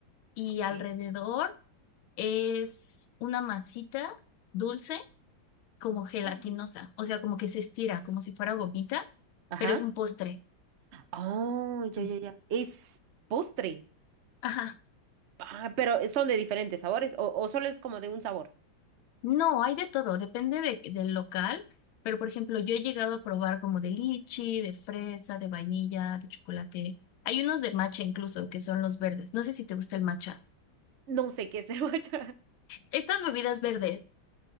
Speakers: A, on the left (about 80°); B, on the right (about 75°).
A: y
B: Ok.
A: alrededor es una masita dulce, como gelatinosa.
B: Mm.
A: O sea, como que se estira, como si fuera gomita,
B: Ajá.
A: pero es un postre.
B: Oh, ya,
A: Mm.
B: ya, ya. Es postre.
A: Ajá.
B: Ah, pero eh, son de diferentes sabores o, o solo es como de un sabor.
A: No, hay de todo, depende de- del local, pero por ejemplo, yo he llegado a probar como de lichi, de fresa, de vainilla, de chocolate. Hay unos de matcha incluso, que son los verdes. No sé si te gusta el matcha.
B: No sé qué es el matcha. <laughs>
A: Estas bebidas verdes,